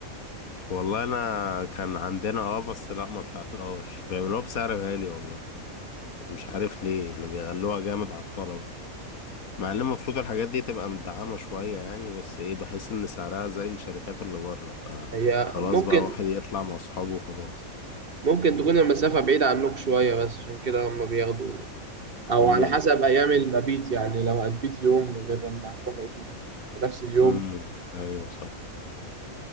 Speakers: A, on the left; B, on the right.
A: والله انا كان عندنا اه بس لا ما طلعتهاش بيعملوها بسعر غالي والله مش عارف ليه يعني بيغلوها جامد على الطلبة مع ان المفروض الحاجات دي تبقى مدعمة شوية يعني بس ايه بحس ان سعرها زي الشركات اللي بره فخلاص
B: هي ممكن
A: بقى واحد يطلع مع اصحابه وخلاص
B: ممكن تكون المسافة بعيدة عنك شوية بس عشان كده هم بياخدوا أو
A: امم
B: على حسب أيام المبيت يعني لو هتبيت يوم غير لما هتروح وتيجي في نفس اليوم
A: امم ايوه صح